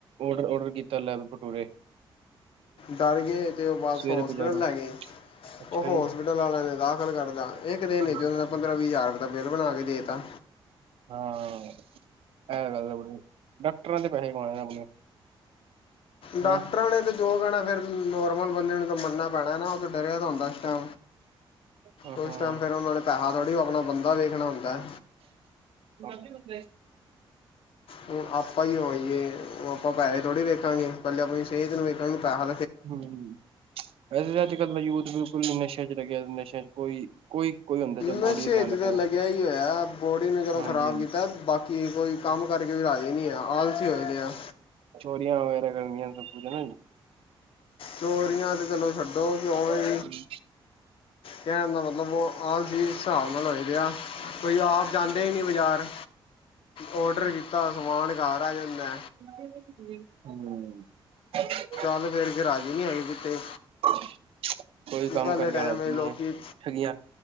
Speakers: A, on the right; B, on the left.
A: ਆਰਡਰ-ਆਰਡਰ ਕੀਤਾ ਲੈ ਬਈ ਭਠੂਰੇ
B: ਡਰ ਗਏ ਅਤੇ ਉਹ ਬਸ
A: ਸਵੇਰੇ
B: ਹੋਸਪਿਟਲ
A: ਬਾਜ਼ਾਰੋਂ
B: ਲੈ ਗਏ।
A: ਅੱਛਾ
B: ਓ ਹੋਸਪਿਟਲ
A: ਜੀ
B: ਵਾਲਿਆਂ ਨੇ ਦਾਖਲ ਕਰਦਾ ਇਹ ਦਿਨ
A: ਹੂੰ,
B: ਵਿੱਚ ਓ ਪੰਦਰਾਂ ਵੀਹ ਹਜ਼ਾਰ ਦਾ ਬਿੱਲ ਬਣਾ ਕੇ ਦੇ ਤਾ
A: ਹਾਂ ਇਹ ਗੱਲ ਬਣੀ ਡਾਕਟਰਾਂ ਦੇ ਪੈਹੇ ਕਮਾਉਣੇ ਨੇ ਆਪਣੇ
B: ਡਾਕਟਰਾਂ
A: ਹਾਂ
B: ਨੇ ਤਾਂ ਜੋ ਕਹਿਣਾ ਫਿਰ ਨੋਰਮਲ ਬੰਦੇ ਨੂੰ ਤਾਂ ਮੰਨਨਾ ਪੈਣਾ ਨਾ ਓ ਤੇ ਡਰਿਆ ਦਾ ਹੁੰਦਾ। ਅੱਛਾ
A: ਹਾਂ
B: ਉਸ
A: ਹਾਂ
B: ਟਾਈਮ ਫਿਰ ਉਹਨਾਂ ਨੇ ਪੈਹਾ ਥੋੜੀ ਓ ਆਪਣਾ ਬੰਦਾ ਵੇਖਣਾ ਹੁੰਦਾ।
A: ਬੰਦ ਹੀ ਹੁੰਦੇ।
B: ਹੁਣ ਆਪਾਂ ਹੀ ਆ ਹੋਈਏ ਆਪਾਂ ਪੈਹੇ ਥੋੜ੍ਹੇ ਵੇਖਾਂਗੇ ਪੈਲੇ ਆਪਣੀ ਸਿਹਤ ਨੂੰ ਵੇਖਾਂਗੇ ਪੈਹਾ
A: ਹੂੰ ਵੈਸੇ ਅੱਜ ਕੱਲ ਦਾ ਯੂਥ ਬਿਲਕੁਲ ਨਸ਼ਿਆਂ 'ਚ ਲੱਗਿਆ ਨਸ਼ਿਆਂ 'ਚ ਕੋਈ ਕੋਈ- ਕੋਈ ਹੁੰਦਾ ਜੋ
B: ਨਸੇ
A: ਬੋਡੀ ਦਾ ਧਿਆਨ
B: 'ਚ
A: ਰੱਖਦਾ
B: ਤਾਂ ਲੱਗਿਆ ਹੀ ਹੋਇਆ ਬੋਡੀ ਨੇ ਚਲੋਂ
A: ਹਾਂਜੀ
B: ਖਰਾਬ
A: ਹਾਂਜੀ
B: ਕੀਤਾ ਬਾਕੀ ਕੋਈ ਕੰਮ ਕਰਕੇ ਵੀ ਰਾਜੀ ਨਈ ਆ ਆਲਸੀ ਹੋਏ ਦੇ ਆ।
A: ਚੋਰੀਆਂ ਵਗੈਰਾ ਕਰਨੀਆਂ ਸਭ ਕੁਝ ਹਨਾ ਜੀ।
B: ਚੋਰੀਆਂ ਤੇ ਚਲੋ ਛੱਡੋ ਉਂਵੀ
A: <inaudible>
B: ਕੈਂਣ ਦਾ ਮਤਲਬ ਓ ਆਲਸੀ ਇਸ ਹਿਸਾਬ ਨਾਲ ਹੋ ਰਿਆ ਕੋਈ ਆਪ ਜਾਂਦੇ ਹੀ ਨਈ ਬਾਜ਼ਾਰ ਔਡਰ ਕੀਤਾ ਸਮਾਨ ਘਰ ਆ ਜਾਂਦਾ।
A: <inaudible>
B: ਪੈਲੇ ਵੇਖ ਕੇ ਰਾਜੀੇ ਨੀ ਹੈਗੇ ਕਿਤੇ
A: <inaudible> ਕੰਮ
B: ਪੈਲੇੇ
A: ਕਰਕੇ
B: ਟੈਮ
A: ਰਾਜੀ
B: ਵੇ ਲੋਕੀ
A: ਨਹੀਂ ਹੈ ਠੱਗੀਆਂ